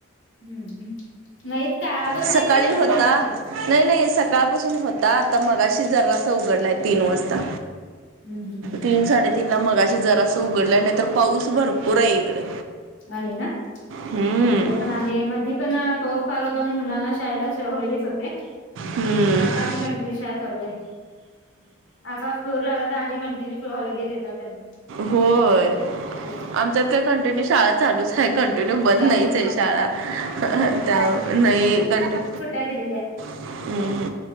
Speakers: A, on the left (about 65°); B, on the right (about 70°).
A: हम्म, नाहीतका आजच
B: सकाळी
A: नाही, काय कंटिन्यू
B: होता
A: नाहीच आहे?
B: नाही, नाही सकाळपासून होता. आता मगाशी जरासा उघडलाय तीन वाजता.
A: हम्म हम्म
B: तीन साडेतीन ला मगाशी जरास उघडल्या, नाही तर पाऊस भरपूर आहे इकडे.
A: आहे ना
B: हम्म
A: इकडं पण आहे मध्ये पण पास फार होता मग मुलांना शाळेला हॉलिडेज होते
B: हम्म
A: पण आता आणि कंटिन्यू शाळा चालू आहे. असा फ्लोर लागला आणि कंटिन्यू हॉलिडेज देतात त्यांना.
B: होय
A: होय
B: आमच्यात काय कंटिन्यू शाळा चालूच आहे कंटिन्यू बंद
A: चालून
B: नाहीच आहे शाळा त्या नाही कंटिन्यू
A: कधी रल्या
B: हम्म-हम्म